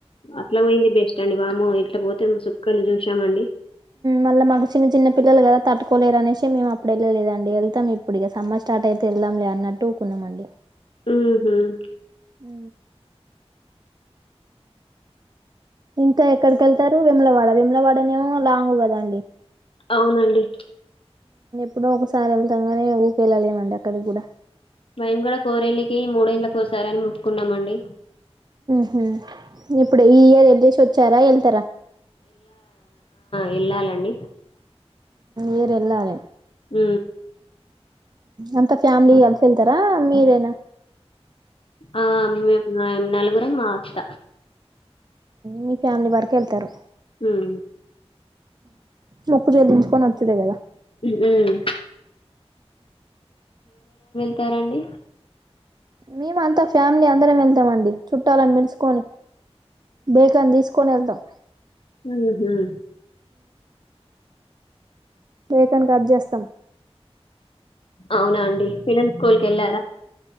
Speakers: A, on the left (about 55°); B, on the right (about 40°).
A: అట్లా పోయింది బెస్ట్ అండి వామో ఇట్లా పోతే సుక్కలు చూసామండి
B: మళ్ళ మాకు చిన్న చిన్న పిల్లలు కదా తట్టుకోలేరు అనేసి మేము అప్పుడు వెళ్ళలేదండి వెళ్తాం ఇప్పుడు ఇక సమ్మర్ స్టార్ట్ అయితే వెళ్దాం లే అన్నట్టుఊకున్నామండి
A: హ
B: అ ఇంకా ఎక్కడిక వెళ్తారు విములవాడ విములవాడనేమో లాంగ్ కదాండి
A: అవునండి
B: ఇప్పుడ ఒకసారి వెళ్తాంగానే ఊరి వెళ్ళలేమండి అక్కడికి కూడా
A: భై కూడాూడ కోరేళ్లికి మూడేళ్ళ కోసారని మొక్కున్నామండి
B: హ ఇప్పుడు ఈ ఇయర్ వెళసి వచ్చారా వెళ్తారా
A: వెళ్ళాలండి
B: ఏర ఎల్ారే
A: అ
B: అంత ఫ్యామిలీ కలిసి వెళ్తారా మీరేనా
A: ఆ అమ్మ్ నాలుగు ఉరంమావస్త
B: మీ ఫ్యామిలీ వరక వెళ్తారు
A: హ్మ్.
B: మొక్కు చెల్లించుకొని వతులే కదా
A: హ్మ్. చెస్తారంండి
B: మేము అంతా ఫ్యామిలీ అందరం వెళ్తామండి చుట్టాలాన్ పిలుసుకొని బేకని తీసుకొని వెళ్తాం
A: ఉహ్మ్
B: బేకన్ కట్ చేస్తాం
A: అవునా అండి పిల్లల్ స్కూల్ కేళ్ళారా